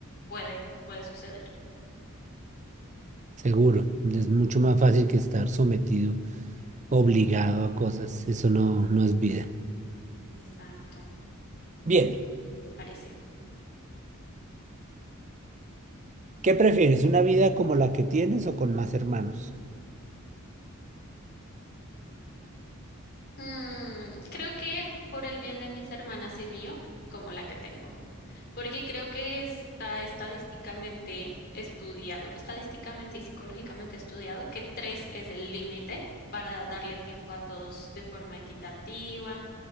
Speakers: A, on the left; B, on the right.
A: puede, puede suceder.
B: Seguro, es mucho más fácil que estar sometido, obligado a cosas. Eso no, no es vida.
A: Exacto,
B: Bien,
A: me parece.
B: ¿qué prefieres? ¿Una vida como la que tienes o con más hermanos?
A: Mm, creo que por el bien de mis hermanas y mío, como la que tengo, porque creo que está estadísticamente estudiado, estadísticamente y psicológicamente estudiado que tres es el límite para darle tiempo a todos de forma equitativa,